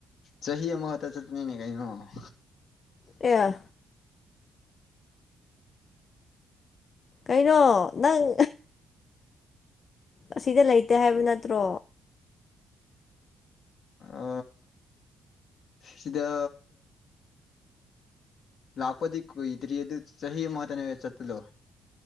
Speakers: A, on the left (about 60°); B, on the left (about 45°).
A: ꯆꯍꯤ ꯃꯠꯇ ꯆꯇꯅꯤꯅꯦ ꯀꯩꯅꯩꯅꯣ
B: ꯑꯦꯦ ꯀꯩꯅꯣ ꯅꯪ ꯑꯁꯤꯗ ꯂꯩꯇꯦ ꯍꯥꯏꯕ ꯅꯠꯇ꯭ꯔꯣ
A: ꯑ ꯁꯤꯗ ꯂꯥꯛꯄꯗꯤ ꯀꯣꯏꯗꯔꯤ ꯑꯗꯨ ꯆꯍꯤ ꯃꯍꯠꯇꯅꯦ ꯆꯠꯠꯇꯂꯣ